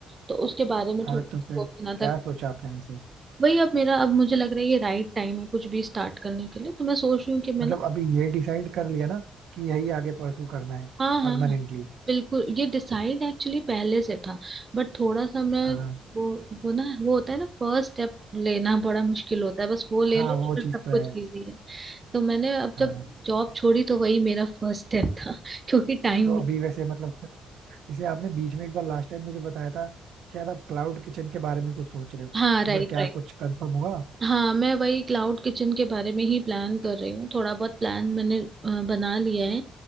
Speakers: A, on the right; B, on the right.
A: तो उसके बारे में
B: हाँ
A: थोड़ा
B: तो
A: सा
B: फिर
A: सोचना
B: क्या
A: था
B: सोचा आपने वैसे
A: वही अब मेरा अब मुझे लग रहा है ये राइट टाइम है कुछ भी स्टार्ट करने के लिए तो मैं सोच रही हूँ कि मैं
B: मतलब
A: ना
B: अभी ये डिसाइड कर लिया ना कि यही आगे परसू करना है
A: हाँ हाँ
B: परमानेंटली
A: हाँ, बिल्कुल ये डिसाइड एक्चुअली पहले से था बट थोड़ा सा मैं
B: हाँ
A: वो वो ना वो होता है ना फर्स्ट स्टेप लेना बड़ा मुश्किल होता है बस वो ले
B: हाँ
A: लो
B: वो
A: तो फिर
B: चीज
A: सब
B: तो है
A: कुछ इजी है तो मैंने अब
B: हाँ
A: जब जॉब छोड़ी तो वही मेरा फर्स्ट स्टेप था <laughs> क्योंकि टाइम
B: तो अभी वैसे मतलब जैसे आपने बीच में एक बार लास्ट टाइम मुझे बताया था कि शायद आप क्लाउड किचन के बारे में कुछ सोच रहे हो
A: हाँ राइट
B: तो फिर क्या कुछ कंफर्म हुआ
A: हाँ मैं वही क्लाउड किचन के बारे में ही प्लान कर रही हूँ थोड़ा बहुत प्लान मैंने अ, बना लिया है